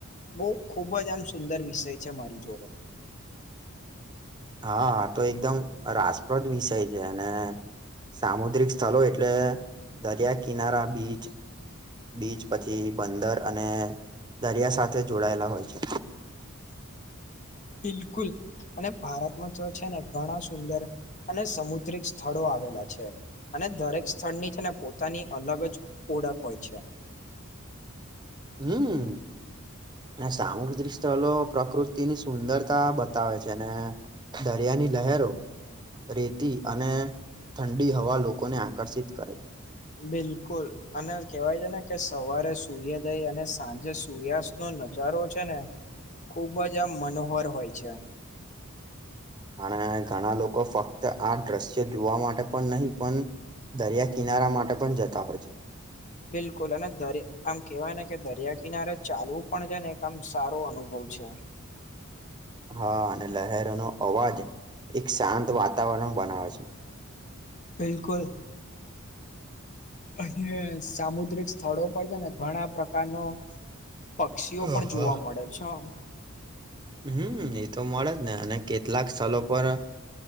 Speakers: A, on the left; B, on the right.
A: બઉ ખૂબ જ આમ સુંદર વિષય છે મારી જોડે.
B: હા આ તો એકદમ રાસપદ વિષય છે અને- સામુદ્રિક સ્થલો એટલે દરિયા કિનારા બીચ બીચ પછી બંદર અને દરિયા સાથે જોડાયેલા હોય છે.
A: <inaudible> બિલકુલ અને ભારતમા તો છે ને ઘણા સુંદર અને સમુદ્રિક સ્થળો આવેલા છે. અને દરેક સ્થળની છે ને પોતાની એક અલગ જ ઓળખ હોય છે.
B: હમ અને સામુદ્રિક સ્થલો પ્રકૃતિની સુંદરતા બતાવે છે ને દરિયા. ની લહેરો રેતી અને ઠંડી હવા લોકોને આકર્ષિત કરે છે.
A: બિલકુલ અને કેવાય છે ને કે સવારે સૂર્યોદય અને સાંજે સૂર્યાસ્ત નો નજારો છે ને ખૂબ જ આમ મનોહર હોય છે.
B: અને ઘણા લોકો ફક્ત આ દ્રશ્યો જોવા માટે પણ નહી પણ દરિયા કિનારા માટે પણ જતા હોય છે.
A: બિલકુલ અને દર આમ કેવાય ને કે દરિયા કિનારે ચાલવુ પણ છે ને એક આમ સારો અનુભવ છે
B: હા અને લહેરોનો અવાજ એક શાંત વાતાવરણ બનાવે છે.
A: બિલકુલ અને સામુદ્રિક સ્થળો પર છે ને ઘણા પ્રકારનો પક્ષીઓ
B: છે
A: પણ જોવા
B: હા
A: મળે છે.
B: હમ એ તો મળે જ ને અને કેતલાક સ્થલો પર